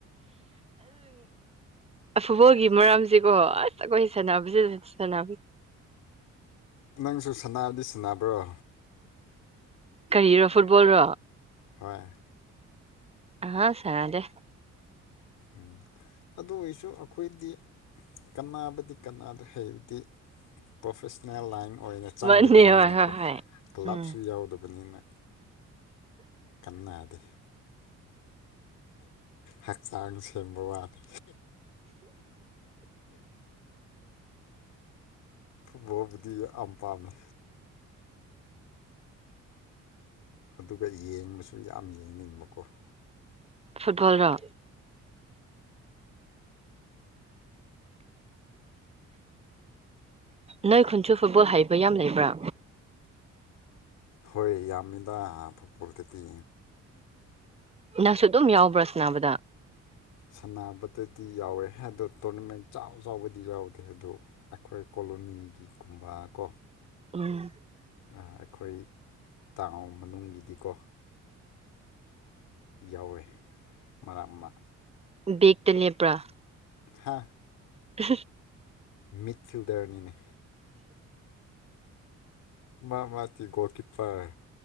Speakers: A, on the right (about 20°); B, on the left (about 85°).
A: ꯐꯨꯠꯕꯣꯜꯒꯤ ꯃꯔꯝꯁꯤ ꯀꯣ ꯑꯁ ꯑꯩꯈꯣꯏ ꯁꯥꯟꯅꯕꯁꯤꯦ ꯁꯥꯟꯅꯕ
B: ꯅꯪꯁꯨ ꯁꯕꯗꯤ ꯁꯅꯕ꯭ꯔꯣ
A: ꯀꯔꯤꯔꯣ ꯐꯨꯠꯕꯣꯜ ꯔꯣ
B: ꯍꯣꯏ
A: ꯑꯥ ꯆꯗꯦ
B: ꯎ ꯑꯗꯨ ꯑꯣꯏꯁꯨ ꯑꯩꯈꯣꯏꯗꯤ ꯀꯕꯨꯗꯤ ꯀꯅꯥꯗ꯭ꯔꯦ ꯍꯥꯏꯩꯕꯗꯤ ꯄ꯭ꯔꯣꯐꯦꯁꯅꯦꯜ ꯂꯥꯏꯟ ꯑꯣꯏꯅ ꯆꯪꯗꯕꯅꯤꯅꯀꯣ
A: ꯃꯅꯦ ꯍꯣꯏ ꯍꯣꯏ ꯍꯣꯏ
B: ꯀ꯭ꯂꯕꯁꯨ
A: ꯎꯝ
B: ꯌꯥꯎꯗꯕꯅꯤꯅ ꯃꯗ ꯍꯛꯆꯥꯡ ꯁꯦꯝꯕ ꯋꯥꯅꯤ ꯕꯣꯕꯨꯗꯤ ꯌꯥꯝ ꯄꯥꯝꯃꯦ ꯑꯗꯨꯒ ꯌꯦꯡꯕꯁꯨ ꯌꯥꯝ ꯌꯦꯡꯅꯤꯡꯕꯀꯣ
A: ꯐꯨꯠꯕꯜ ꯔ ꯅꯣꯏ ꯈꯨꯟꯁꯨ ꯐꯨꯠꯕꯣꯜ ꯍꯥꯏꯩꯕ ꯌꯥꯝ ꯂꯩꯕ꯭ꯔꯥ
B: ꯍꯣꯏ ꯌꯥꯝꯃꯤꯗ ꯐꯨꯠꯕꯣꯜꯗꯗꯤ
A: ꯅꯪꯁꯨ ꯑꯗꯨꯝ ꯌꯥꯎꯕ꯭ꯔꯥꯅꯥꯕꯗ
B: ꯁꯅꯕꯗꯗꯤ ꯌꯥꯎꯋꯦ ꯑꯗꯣ ꯇꯣꯔꯅꯃꯦꯟ ꯆꯥꯎ ꯆꯥꯎꯕꯗꯤ ꯌꯥꯎꯗꯦ ꯑꯗꯨ ꯑꯩꯈꯣꯏꯣ ꯀꯣꯂꯣꯅꯤꯒꯤ ꯀꯨꯝꯕ ꯀꯣ
A: ꯎꯝ
B: ꯑꯩꯈꯣꯏ ꯇꯥꯎ ꯃꯅꯨꯡꯒꯤꯗꯤꯀꯣ ꯌꯥꯎꯔꯦ ꯃꯔꯛ ꯃ
A: ꯕꯦꯒ ꯇꯅꯤꯄ꯭ꯔꯥ
B: ꯍꯥꯥ
A: ꯎ
B: ꯃꯤꯠꯁꯤꯜꯗꯔꯅꯤꯅꯦ ꯃꯥ ꯃꯥꯗꯤꯤ ꯣꯜꯀꯤꯤꯄꯔ